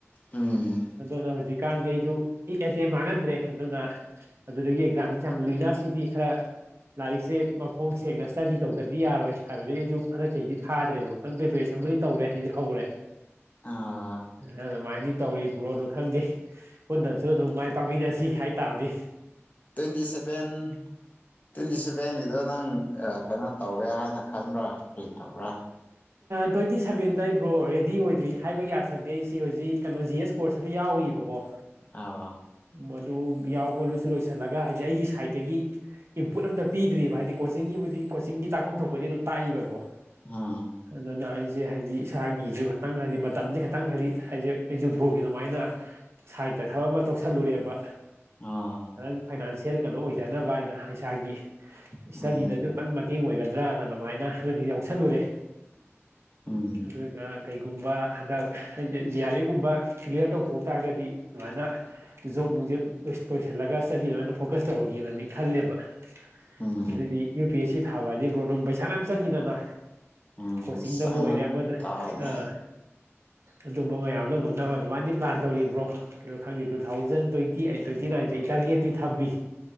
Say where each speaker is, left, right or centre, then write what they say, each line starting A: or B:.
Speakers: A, on the left; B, on the right.
A: ꯎꯝ
B: ꯑꯗꯨꯅ ꯍꯧꯖꯤꯛꯀꯥꯟꯗꯤ ꯑꯩꯁꯨ ꯏ ꯑꯦꯇꯦꯝ ꯃꯥꯡꯍꯟꯗ꯭ꯔꯦ ꯑꯗꯨꯅ ꯑꯗꯨꯗꯒꯤ ꯑꯦꯛꯖꯥꯝꯁꯤ ꯌꯥꯝ ꯂꯨꯅꯁꯤꯗꯤ ꯈꯔ ꯂꯥꯏꯔꯤꯛꯁꯦ ꯍꯣꯡ ꯁꯦꯡꯅ ꯁ꯭ꯇꯗꯤ ꯇꯧꯗꯗꯤ ꯌꯥꯔꯣꯏ ꯍꯥꯏꯕꯗꯒꯤ ꯑꯩꯁꯨ ꯍꯟꯛꯗꯤ ꯊꯥꯗ꯭ꯔꯦꯕ ꯈꯇꯪ ꯄ꯭ꯔꯤꯄꯦꯔꯦꯁꯟꯕꯨꯗꯤ ꯇꯧꯔꯦ ꯁꯤꯁꯨ ꯍꯧꯔꯦ
A: ꯑꯥ
B: <unintelligible> ꯑꯗꯨꯃꯥꯏꯅꯗꯤ ꯇꯧꯔꯤ ꯕꯔꯣꯗ ꯈꯪꯗꯦ ꯄꯨꯟꯅꯁꯨ ꯑꯗꯨꯝ ꯃꯥꯏ ꯄꯥꯛꯃꯤꯟꯅꯁꯤ ꯍꯥꯏ ꯇꯥꯕꯅꯤ
A: ꯇ꯭ꯋꯦꯟꯇꯤ ꯁꯚꯦꯟ ꯇ꯭ꯋꯦꯟꯇꯤ ꯁꯦꯚꯦꯟꯒꯤꯗꯣ ꯅꯪ ꯀꯩꯅꯣ ꯇꯧꯒꯦ ꯍꯥꯏꯅ ꯈꯟꯕ꯭ꯔꯥ ꯀꯔꯤ ꯇꯧꯕ꯭ꯔꯥ
B: ꯇ꯭ꯋꯦꯟꯇꯤ ꯁꯕꯦꯟꯗ ꯑꯩ ꯕ꯭ꯔꯣ ꯔꯦꯗꯤ ꯑꯣꯏꯗ꯭ꯔꯤ ꯍꯥꯏꯕꯒꯤ ꯑꯊꯗꯤ ꯑꯩꯁꯤ ꯍꯧꯖꯤꯛ ꯀꯩꯅꯣ ꯖꯤ ꯑꯦꯁ ꯄꯣꯔꯠꯁ ꯑꯃ ꯌꯥꯎꯏꯕꯀꯣ
A: ꯑꯩ ꯑꯧ
B: ꯃꯗꯨ ꯌꯥꯎꯕ ꯂꯣꯏꯁꯤꯟ ꯂꯣꯏꯁꯤꯜꯂꯒ ꯍꯥꯏꯗꯤ ꯑꯩꯒꯤ ꯁꯥꯏꯠꯇꯒꯤ ꯏꯝꯄꯨꯠ ꯑꯝꯇ ꯄꯤꯗ꯭ꯔꯤꯕ ꯍꯥꯏꯗꯤ ꯀꯣꯆꯤꯡꯒꯤꯕꯨꯗꯤ ꯀꯣꯆꯤꯡꯒꯤ ꯇꯥꯛꯐꯝ ꯊꯣꯛꯄꯗꯤ ꯑꯗꯨꯝ ꯇꯥꯛꯏꯕꯀꯣ
A: ꯑꯥ
B: ꯑꯗꯨꯅ ꯑꯩꯁꯦ ꯍꯥꯏꯗꯤ ꯏꯁꯥꯒꯤꯁꯨ ꯈꯇꯪ ꯍꯥꯏꯗꯤ ꯃꯇꯝꯁꯦ ꯈꯇꯪ ꯍꯥꯏꯗꯤ ꯍꯥꯏꯁ ꯑꯩꯁꯨ ꯕ꯭ꯔꯣꯒꯤ ꯑꯗꯨꯃꯥꯏꯅ ꯁꯥꯏꯗꯠꯇ ꯊꯕꯛ ꯑꯃ ꯇꯧꯁꯜꯂꯨꯔꯦꯕ
A: ꯑꯥ
B: ꯅꯪ ꯐꯥꯏꯅꯥꯟꯁꯤꯌꯦꯜ ꯀꯩꯅꯣ ꯑꯣꯏꯖꯅꯕ ꯍꯥꯏꯅ ꯏꯁꯥꯒꯤ ꯏꯁꯇꯗꯤꯗꯗꯨ
A: ꯎꯝ
B: ꯈꯤꯇꯪ ꯃꯇꯦꯡ ꯑꯣꯏꯒꯗ꯭ꯔꯅ ꯑꯗꯨꯃꯥꯏꯅ ꯍꯧ ꯌꯥꯎꯁꯜꯂꯨꯔꯦ
A: ꯎꯝ
B: ꯑꯗꯨꯒ ꯀꯩꯒꯨꯝꯕ ꯍꯟꯗꯛ ꯑꯩꯖꯦ ꯖꯤ ꯑꯥꯔ ꯑꯦꯕ ꯒꯨꯝꯕ ꯀ꯭ꯂꯤꯌꯥꯔ ꯇꯧꯊꯣꯛ ꯇꯥꯔꯒꯗꯤ ꯑꯗꯨꯃꯥꯏꯅ ꯫ ꯖꯣꯕ ꯅꯨꯡꯖꯦ ꯂꯣꯏꯁꯤꯜꯂꯒ ꯏꯁꯇꯗꯤꯗ ꯑꯣꯏꯅ ꯐꯣꯀꯁ ꯇꯧꯔꯒꯦꯅꯗꯤ ꯈꯜꯂꯦꯕ ꯫
A: ꯎꯝ
B: ꯑꯗꯩꯗꯤ ꯌꯨ ꯄꯤ ꯑꯦꯁ ꯁꯤ ꯊꯥꯕ ꯍꯥꯏꯗꯤ ꯕ꯭ꯔꯣ ꯑꯗꯨꯝ ꯄꯩꯁꯥ ꯃꯌꯥꯝ ꯆꯪꯉꯤꯗꯅ
A: ꯎꯝ
B: ꯀꯣꯆꯤꯡꯗꯕꯨ
A: ꯆꯪꯕ
B: ꯑꯣꯏꯔꯦ ꯑꯃꯥꯗ
A: ꯇꯥꯕꯅꯤ
B: ꯑꯥ ꯑꯗꯨꯝꯕ ꯃꯌꯥꯝꯗꯣ ꯉꯝꯅꯕ ꯑꯗꯨꯃꯥꯏꯗꯤ ꯄ꯭ꯂꯥꯟ ꯇꯧꯔꯤ ꯕ꯭ꯔꯣ ꯑꯗꯨ ꯈꯪꯗꯦ two thousand twenty eight twenty ꯅꯥꯏꯟꯖꯦ ꯑꯩ ꯇꯥꯔꯒꯦꯠꯇꯤ ꯊꯝꯃꯤ